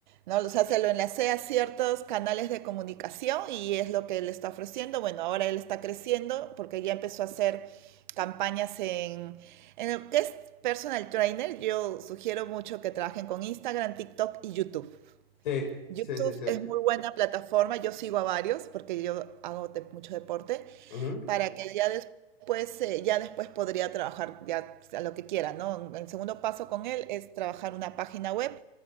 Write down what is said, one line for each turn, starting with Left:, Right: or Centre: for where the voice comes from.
Right: ¿no? O sea, se lo enlacé a ciertos canales de comunicación y es lo que él está ofreciendo. Bueno, ahora él está creciendo porque ya empezó a hacer campañas en, en lo que es personal trainer. Yo sugiero mucho que trabajen con Instagram, TikTok y YouTube.
Left: Sí,
Right: YouTube
Left: sí, sí, sí.
Right: es muy buena plataforma, yo sigo a varios porque yo hago de- mucho deporte,
Left: Ujú,
Right: para que ya después, eh, ya después podría trabajar ya a lo que quiera, ¿no? El segundo paso con él es trabajar una página web